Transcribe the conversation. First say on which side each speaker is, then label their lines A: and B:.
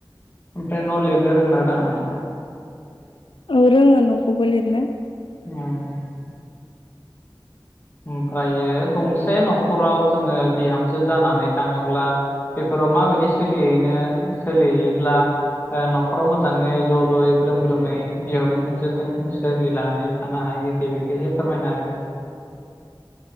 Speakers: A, on the left; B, on the left.
A: ओमफ्राय न लिरनो रोंयो ना रोंङा नोंथाङा?
B: ओ रोङो नों खौबो लिरनो
A: औ ओमफ्रायो गंसे नखराव जोङो बिहामजो जानानै थाङोब्ला बेफोराव माबायदि सोलिहैनो सोलिहैयोब्ला नखराव मोजाङै ज जयै ग्रोम ग्रोमै बिहाव बिखुनजोजों सोलिनानै थानो हायो दे बेखौ एसे फोरमायना होदो।